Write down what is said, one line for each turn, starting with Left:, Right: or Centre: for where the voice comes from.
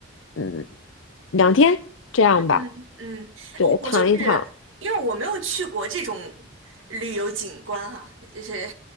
Left: 嗯两天，这样吧。
Right: 嗯，嗯，
Left: 对，
Right: 我我就是因为我没有去过这种
Left: 躺一躺。
Right: 旅游景观哈、就是